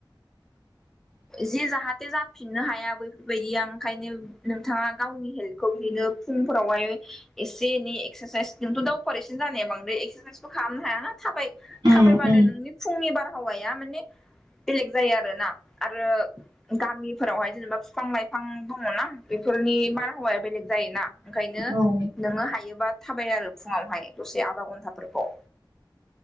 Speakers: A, on the right; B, in the centre.
A: <inaudible>
B: जे जाहाथे जाफिननो हाया बैफोरबायदिया ओंखायनो नोंथाङा गावनि हेल्थखौ बिदिनो फुंफोरावहाय एसे एनै एक्सारसाइस जोंथ' दावहार एसेनो जानाया बांद्राय एक्सारसाइस खालामनो हायाना। थाबाय
A: उम
B: थाबायबानो
A: उम
B: नोंनि फुंनि बारहावाया माने बेलेग जायो आरोना आरो गामिफोरावहाय जेनेबा बिफां लाइफां दङनाा बेफोर नि बारहावाया बेलेग जायोना ओंखायनो
A: औ
B: नोङो हायोबा थाबाय आरो फुङावहाय दसे आदा घन्टाफोरखौ